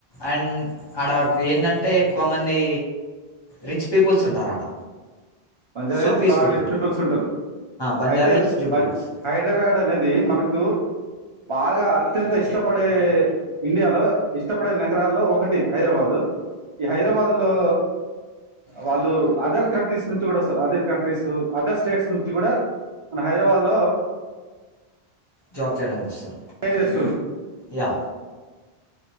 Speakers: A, on the left; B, on the right.
A: అండ్ ఆడకు ఏందంటే ఎక్కువ మంది రిచ్ పీపుల్స్ ఉంటారు ఆడ.
B: బంజారా
A: సో
B: హిల్స్
A: పీస్ఫుల్గా
B: బాగా రిచ్
A: ఉంటుంది
B: పీపుల్స్ ఉంటరు.
A: బంజారా
B: అయితే
A: హిల్స్ జూబ్లీ
B: బం
A: హిల్స్
B: హైదరాబాద్ అనేది మనకు బాగా అత్యంత ఇష్టపడే ఇండియాలో ఇష్టపడే నగరాల్లో ఒకటి హైదరాబాదు. ఈ హైదరాబాద్ లో వాళ్ళు అదర్ కంట్రీస్ నుం చి వస్తరు అదర్ కంట్రీస్, అదర్ స్టేట్స్ నుంచి కూడా మన హైదరాబాద్ లో
A: జాబ్ చేయడానికి వస్తరు.
B: ఏం చెస్తుర్రు.
A: యా